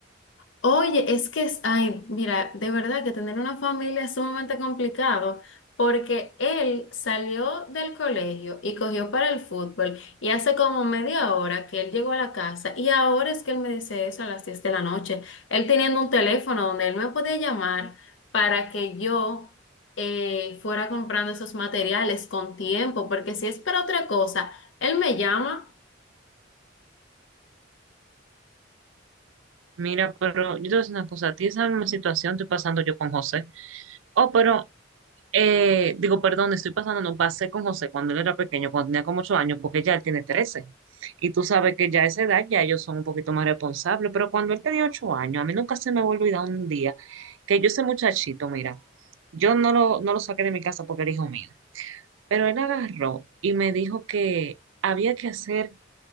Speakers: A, on the left; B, on the right.
A: Oye, es que es, ay, mira, de verdad que tener una familia es sumamente complicado porque él salió del colegio y cogió para el fútbol y hace como media hora que él llegó a la casa y ahora es que él me dice eso a las 10 de la noche. Él teniendo un teléfono donde él me podía llamar para que yo eh, fuera comprando esos materiales con tiempo, porque si es para otra cosa, él me llama.
B: Mira, pero yo te voy a decir una cosa, a ti esa misma situación estoy pasando yo con José. Oh, pero, eh, digo, perdón, estoy pasando, no pasé con José cuando él era pequeño, cuando tenía como 8 años, porque ya él tiene 13. Y tú sabes que ya a esa edad ya ellos son un poquito más responsables, pero cuando él tenía 8 años, a mí nunca se me va a olvidar un día que yo ese muchachito, mira, yo no lo, no lo saqué de mi casa porque era hijo mío. Pero él agarró y me dijo que había que hacer,